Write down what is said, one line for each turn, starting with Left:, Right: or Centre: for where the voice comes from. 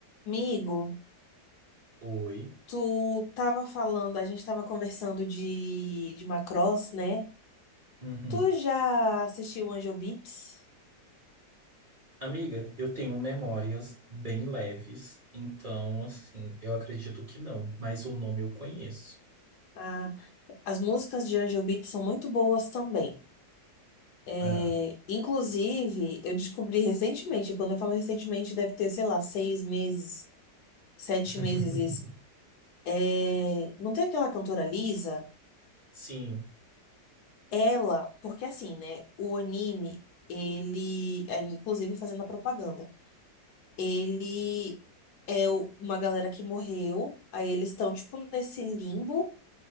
Left: Amigo,
Right: Oi.
Left: tu tava falando, a gente tava conversando de, de Macross, né?
Right: Uhum.
Left: Tu já assistiu Angel Beats?
Right: Amiga, eu tenho memórias bem leves, então, assim, eu acredito que não, mas o nome eu conheço.
Left: Ah, as músicas de Angel Beats são muito boas também. É,
Right: Ah.
Left: inclusive, eu descobri recentemente, quando eu falo recentemente, deve ter, sei lá, seis meses, sete
Right: <laughs>
Left: meses isso. É, não tem aquela cantora Lisa?
Right: Sim.
Left: Ela, porque assim, né? O anime, ele, é, inclusive fazendo a propaganda. Ele é o- uma galera que morreu, aí eles estão, tipo, nesse limbo,